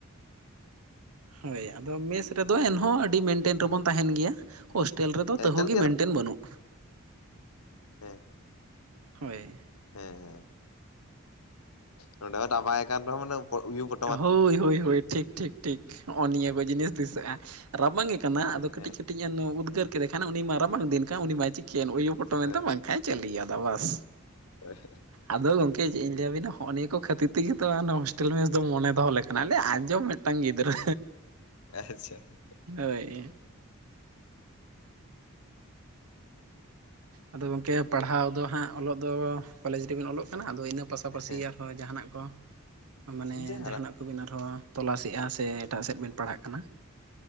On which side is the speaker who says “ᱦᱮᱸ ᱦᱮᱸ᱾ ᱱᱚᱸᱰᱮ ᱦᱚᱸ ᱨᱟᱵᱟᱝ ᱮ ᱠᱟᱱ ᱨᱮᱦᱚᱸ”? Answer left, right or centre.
Left